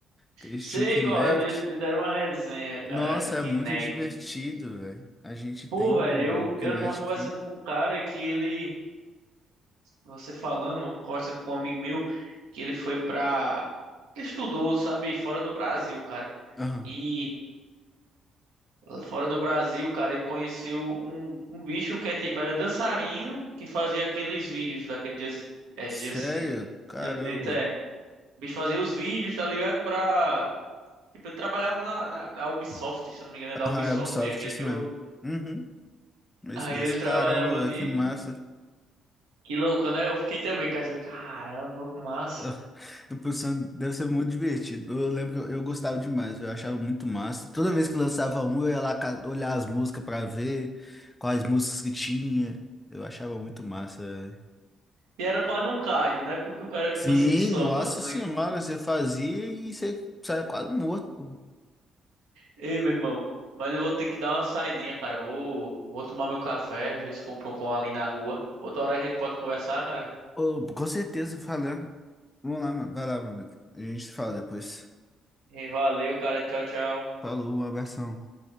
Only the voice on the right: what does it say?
Sei
qual é o dia de ter uma resenha, cara,
do Kinect.
Pô, velho,
eu,
eu tava conversando
com um cara que ele. Você falando, conversando com um amigo meu, que ele foi pra. Ele estudou, sabe, fora do Brasil, cara.
E fora do Brasil, cara, ele conheceu um, um bicho que é tipo, era dançarino que fazia aqueles vídeos daquele dia. É,
dia se.
Dia se, é. O bicho fazia os vídeos, tá ligado? Pra. Tipo, ele trabalhava na, na, na Ubisoft, se eu não me engano, é da
Ubisoft
aquele
jogo.
Aí
ele trabalhava
nisso.
Que louco, né? Eu fiquei também, cara. Caramba, que massa.
E era quase um cardio, né? Porque o cara
cansa que só
fazendo
aquilo.
Ei, meu irmão, mas eu vou ter que dar uma saidinha, cara. Vou, vou tomar meu café, ver se compro um pão ali na rua. Outra hora a gente pode conversar, cara.
Ei, valeu, cara. Tchau, tchau.